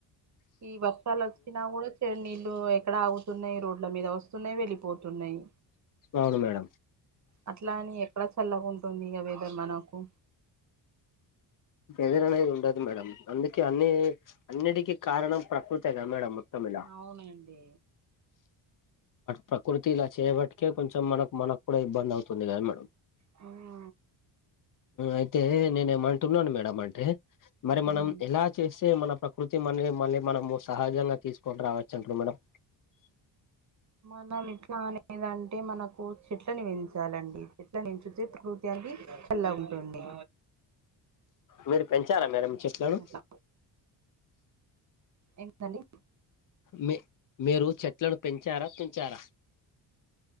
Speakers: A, on the right; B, on the left.
A: ఈ వర్షాలు వచ్చినా గూడ నీళ్లు ఎక్కడ ఆగుతున్నాయి రోడ్ల మీద వస్తున్నాయి వెళ్ళిపోతున్నాయి
B: అవును మేడం
A: అట్లా అని ఎక్కడ చల్లగ ఉంటుంది ఇగ వెదర్ మనకు
B: వెదర్ అనేది ఉండదు మేడం అందుకే అన్ని అన్నిటికీ కారణం ప్రకృతేగా మేడం మొత్తం ఇలా
A: అవును అండి
B: ప్రకృతి ఇలా చేయబటికే కొంచెం మనకు మనకు కూడా ఇబ్బంది అవుతుంది గదా మేడం
A: ఆ
B: అయితే నేను ఏమంటున్నాను మేడం అంటే మరి మనం
A: ఉమ్
B: ఎలా చేస్తే మన ప్రకృతి మ మళ్ళీ మనము సహజంగా తీసుకొని రావచ్చు అంటున్న మేడం
A: మనం ఇట్లా అనేదంటే మనకు చెట్లను బెంచాలండి చెట్లను బెంచితే అయితే అవి చల్లగ ఉంటుంది
B: మీరు పెంచార మేడం చెట్లను
A: అట్లా ఏంటిది అండి
B: మీ మీరు చెట్లను పెంచారా తుంచారా